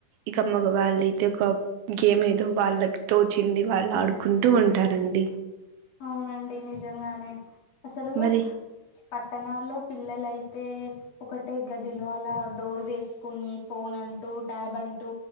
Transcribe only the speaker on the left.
అవునండి నిజంగానే అసలు
పట్టణాల్లో పిల్లలయితే, ఒకటే గదిలో అలా డోర్ వేసుకుని ఫోన్ అంటూ టాబ్ అంటూ